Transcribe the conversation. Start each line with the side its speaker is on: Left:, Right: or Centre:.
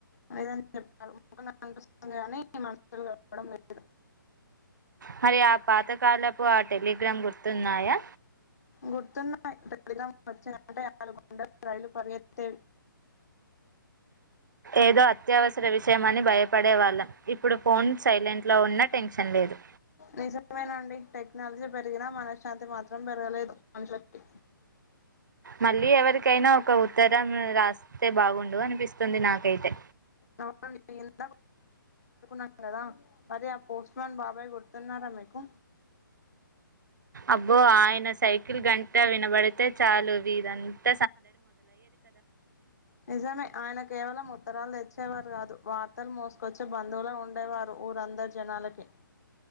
Left: అద చెప్తారు ముఖం కనిపిస్తుంది గాని మనవడం <inaudible>
Right: మరి ఆ పాతకాలపు ఆ టెలిగ్రామ్ గుర్తున్నాయా
Left: గుర్తున్నయి టెలిగ్రామ్ వచ్చాయంటే రైలు పరిగెత్తేవి
Right: ఏదో అత్యవసర విషయమని భయ పడే వాళ్ళం ఇప్పుడు ఫోన్ సైలెంట్లో ఉన్నా టెన్షన్ లేదు
Left: నిజమేనండి టెక్నాలజీ పెరిగినా మనశ్శాంతి మాత్రం పెరగలేదు మనుషులకి
Right: మళ్ళీ ఎవరికైనా కో ఉత్తరం రాస్తే బాగుండు అనిపిస్తుంది నాకైతే
Left: మాడు <inaudible> కదా అదే పోస్ట్ మన్ బాబాయ్ గుర్తున్నారా మీకు
Right: అబ్బో ఆయన సైకిల్ గంటా వినబడి తేచాలు వీదంత
Left: నిజమే ఆయన కేవలం ఉత్తరాలు తెచ్చేవారు కాదు వార్తలు మోస్ కి వచ్చి బంధువుల ఉండేవారు ఊరందరి జనాలకి